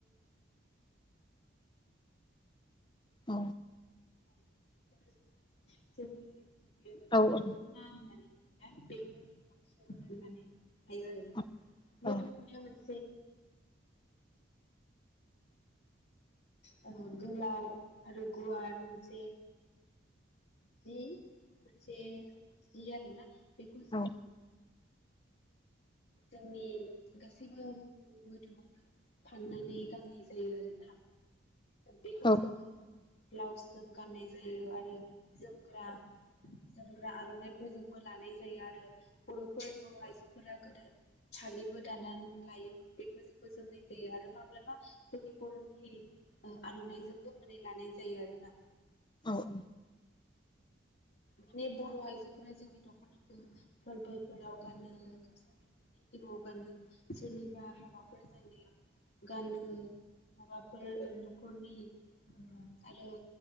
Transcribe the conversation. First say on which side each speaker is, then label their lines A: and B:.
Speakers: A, on the left; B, on the left.
A: औ
B: जोङो जोंनि
A: औ
B: दखना होननानै <unintelligible> हायो आरोना
A: औ
B: बे
A: औ
B: दखनाययाव मोन <unintelligible> ओ गोलाउ आरो गुवार मोनसे जि मोनसे जि आरो ना बेखौ जोङो
A: औ
B: जोंनि गासैबो <unintelligible> मोदोमावनो फाननानै गाननाय जायो आरोना । बेखौ
A: औ
B: जोंङो ब्लाउसजों गाननाय जायो आरो जोमग्रा जोमग्रा आरनाइफोरजोंबो लानाय जायो आरो बर 'फोर बर' आइजोफोरा गोदो फालिबो दानानै लायोमोन बेफोरजोंबो जोमनाय जायो आरो माब्लाबा जोंनि बर'नि ओ आरनाइजोंबो माने लानाय जायो आरो ना
A: औ ।
B: माने बर आइजोफोरा जोंनि दखनाखौ फोरबोफोराव गानो <unintelligible> जेनेबा माबाफोर जानायाव गानो‌। माबाफोर ओ नखरनि ओ आरो